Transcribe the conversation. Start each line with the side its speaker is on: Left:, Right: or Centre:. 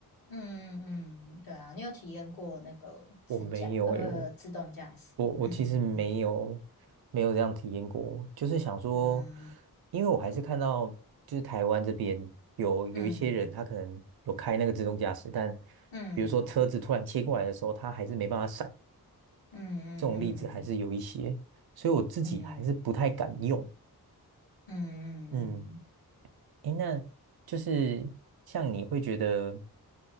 Left: 嗯嗯嗯，对啊，你有体验过那个自驾，
Right: 我没有诶，
Left: 呃，
Right: 我
Left: 自动驾驶？
Right: 我我其实没有没有这样体验过，
Left: 嗯
Right: 就是想说，
Left: 嗯
Right: 因为我还是看到就是台湾这边有有一些人他可能有开那个自动驾驶，
Left: 嗯
Right: 但
Left: 嗯
Right: 比如说车子突然切过来的时候，他还是没办法闪，
Left: 嗯
Right: 这种例子还是有一些，
Left: 嗯嗯
Right: 所以我自己还是不太敢用。
Left: 嗯嗯嗯嗯
Right: 嗯，诶，那就是像你会觉得